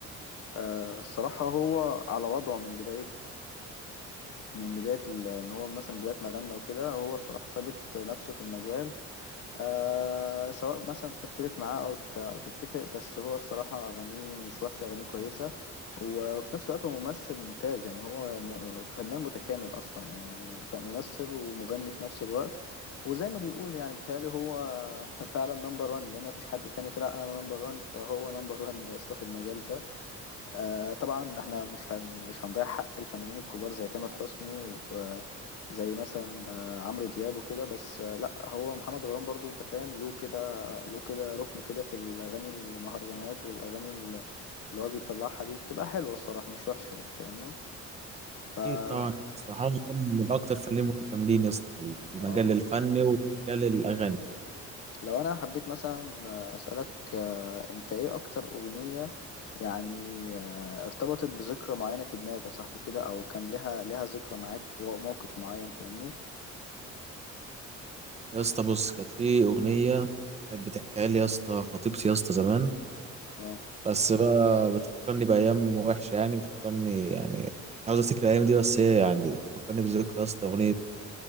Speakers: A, on the left (about 55°); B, on the right (about 20°).
A: آه، الصراحة هو على وضعه من بداية من بداية ال- إن هو مثلا بداية ما غنى وكده هو الصراحة ثابت نفسه في المجال آه سواء مثلا تختلف معاه او ت- او تتفق بس هو الصراحه اغانيه مش وحشه اغانيه كويسه وفي نفس الوقت هو ممثل ممتاز يعني هو م- فنان متكامل اصلا يعني م- فممثل ومغني في نفس الوقت وزي ما بيقول يعني بيتهيألي هو <laughs> فعلا نمبر وان لان مفيش حد تاني طلع انا نمبر وان فهو نمبر وان يا اسطى في المجال ده آه طبعا احنا مش هن مش هنضيع حق الفنانين الكبار زي تامر حسني وزي مثلا آه عمرو دياب وكده بس آه لا هو محمد رمضان برضو انت فاهم له كده له كده ركن كده في الاغاني المهرجانات والاغاني اللي هو بيطلعها دي بتبقى حلوه الصراحه مش وحشه يعني فاهمني فا
B: اكيد طبعا يا اسطى حاول من اكتر فنانين متكاملين يا اسطى في في المجال
A: اه
B: الفني
A: آه.
B: ومجال الاغاني
A: لو انا حبيت مثلا آه، اسالك آه، انت ايه اكتر اغنيه يعني آه، ارتبطت بذكرى معينه في دماغك يا صاحبي كده او كان لها لها ذكرى معاك في موقف معين فاهمني
B: يا اسطى بص كانت في اغنيه كانت بتحكيها لي يا اسطى خطيبتي يا اسطى زمان
A: اه
B: بس بقى بتفكرني بايام وحشه يعني بتفكرني يعني مش عاوز افتكر الايام دي بس هي يعني بتفكرني بذكرى يا اسطى اغنيه